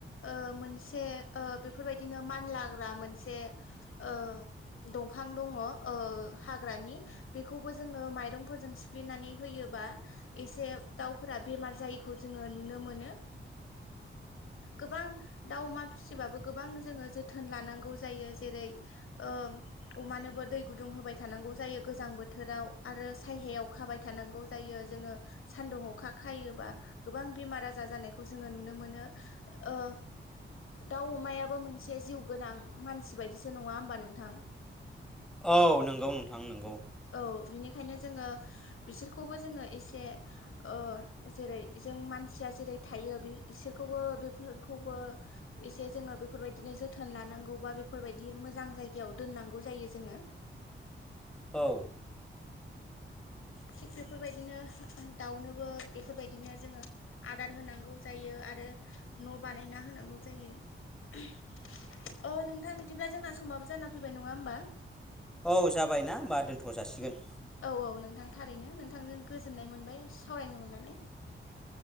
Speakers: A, on the left (about 90°); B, in the centre.
A: ओ मोनसे ओ बेफोरबायदिनो मानलाग्रा मोनसे ओ दंफां दङ' ओ हाग्रानि। बेखौबो जोङो माइरंफोरजों सिफ्लेनानै होयोबा एसे दाउफोरा बेमार जायैखौ जोङो नुनो मोनो। गोबां दाउ अमा फिसिबाबो गोबां जोङो जोथोन लानांगौ जायो जेरै ओ अमानोबो दै गुदुं होबाय थानांगौ जायो गोजां बोथोराव आरो सायहायाव खाबाय थानांगौ जायो जोङो सान्दुं अखा खायोबा गोबां बेमार आजार जानायखौ जोङो नुनो मोनो। ओ दाउ अमायाबो मोन एसे जिउ गोनां मानसि बायदिसो नङा होमबा नोंथां?
B: औ नंगौ नोंथां नंगौ।
A: औ बिनिखायनो जोङो बिसोरखौबो जोङो एसे ओ जेरै जों मानसिया जेरै थायो बि इसोरखौबो बेफोरखौबो एसे जोङो बेफोरबायदिनो जोथोन लानांगौ बा बेफोरबायदि मोजां जायगायाव दोननांगौ जायो जोङो
B: औ।
A: थिग बेफोरबायदिनो दाउनोबो बेफोरबायदिनो जोङो आदार होनांगौ जायो आरो न' बानायना होनांगौ जायो। <unintelligible> अ नोंथां बिदिब्ला जोंना समाबो जाना फैबाय नङा होमबा?
B: औ जाबायना होमबा दोनथ' जासिगोन।
A: औ औ नोंथां थारैनो नोंथांजों गोजोननाय मोनबाय सावरायनो मोननानै।